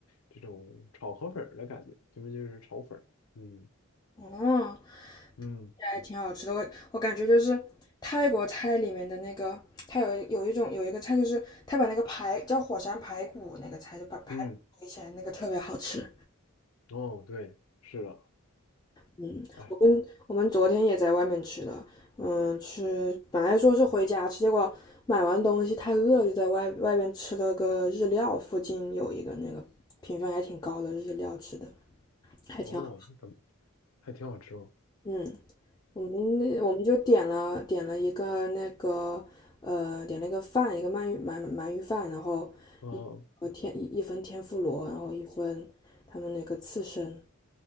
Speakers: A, on the left; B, on the left.
A: 这种炒河粉儿的感觉，就是就是炒粉儿，嗯
B: 哦，
A: 嗯
B: 也还挺好吃的。我我感觉就是泰国菜里面的那个，它有一有一种有一个菜，就是它把那个排叫火山排骨那个菜，就把排骨堆起来，
A: 嗯，
B: 那个特别好吃。
A: 哦，对，是的，
B: 嗯，
A: 哎，
B: 我跟我们昨天也在外面吃的，嗯，吃本来说是回家吃，结果买完东西太饿了就在外外边吃了个日料，附近有一个那个评分还挺高的日料吃的，还挺好。
A: 哦，那怎么还挺好吃哦，
B: 嗯，我们那我们就点了点了一个那个呃点了一个饭，一个鳗鱼鳗鳗鱼饭，然后一呃天一一份天妇罗，
A: 嗯
B: 然后一份他们那个刺身，